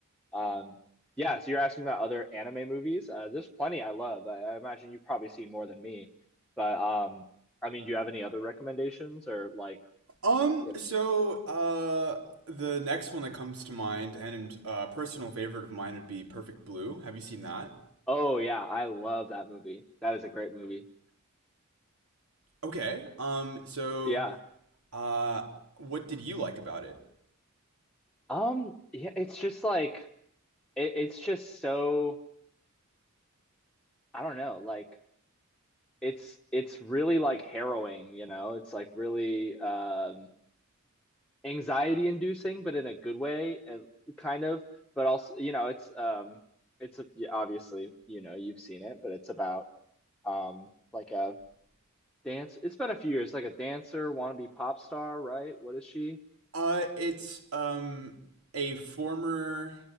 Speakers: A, in the centre; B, on the right.
A: Um, yeah, so you're asking about other anime movies. Uh, there's plenty I love. I, I imagine you've probably seen more than me. But um, I mean, do you have any other recommendations or like,
B: Um,
A: you know?
B: so uh the next one that comes to mind and a uh personal favorite of mine would be Perfect Blue. Have you seen that?
A: Oh yeah, I love that movie. That is a great movie.
B: Okay. Um so
A: Yeah.
B: uh what did you like about it?
A: Um, yeah, it's just like it, it's just so I don't know, like it's it's really like harrowing, you know. It's like really um anxiety inducing, but in a good way, and kind of. But also, you know, it's um it's a, yeah, obviously, you know, you've seen it, but it's about um like a dance. It's been a few years, like a dancer, wannabe pop star, right? What is she?
B: Uh it's um a former